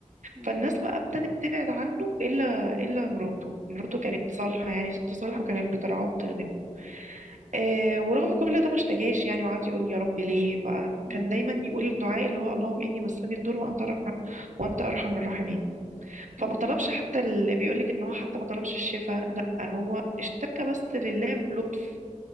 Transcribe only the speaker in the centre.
أيوه
مم.
أيوة